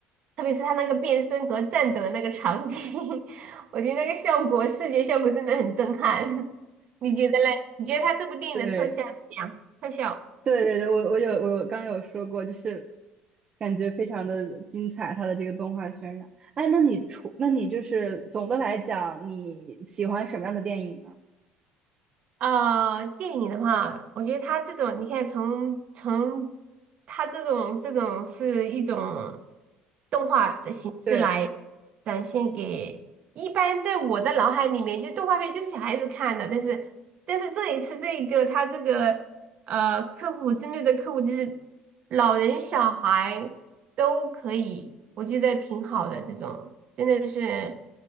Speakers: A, on the right; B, on the right.
A: 特别是他那个变身和战斗的那个场景，<laughs> 我觉得那个效果，视觉效果真的很震撼。<laughs> 你觉得嘞？你觉得他这部电影的特效怎么样？
B: 对。
A: 特效？
B: 对对对，我我有我有刚有说过，就是感觉非常的精彩，它的这个动画渲染。哎，那你除那你就是总的来讲，你喜欢什么样的电影呢？
A: 呃，电影的话，我觉得它这种，你看从从它这种这种是一种动画的形式来
B: 对，
A: 展现给，一般在我的脑海里面，就动画片就是小孩子看的，但是但是这一次这个它这个呃客户针对的客户就是老人小孩都可以，我觉得挺好的这种，真的是